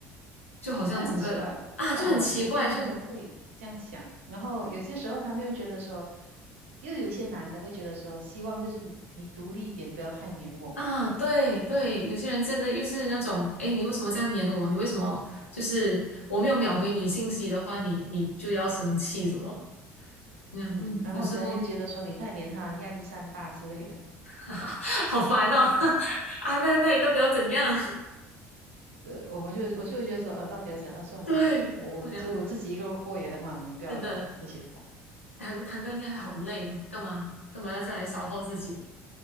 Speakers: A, on the left; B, on the right.
A: 就好像整个啊就很奇怪，
B: 就很奇怪。呃，有些男的会这样想，
A: 就
B: 然后有些时候他们又觉得说，又有一些男的会觉得说，希望就是你你独立一点，不要太黏我。
A: 啊，对对，有些人真的又是那种，哎，你为什么这样黏我？你为什么就是我没有秒回你信息的话，你你就要生气什么？那样，
B: 嗯，
A: 嗯，
B: 然后呢又觉得说你太黏他，
A: 有时候
B: 压力山大之类的。
A: <laughs> 好烦哦，<laughs> 啊，那那你到底要怎样？
B: 对，我们就我就会觉得说，呃，到底要怎样啊？算了，
A: <laughs> 对，
B: 我我就自己一个人过也很好，
A: 我想
B: 你们不要来烦我，
A: 真的
B: 谢谢。
A: 谈个谈个恋爱好累哦，干嘛干嘛要这样来消耗自己？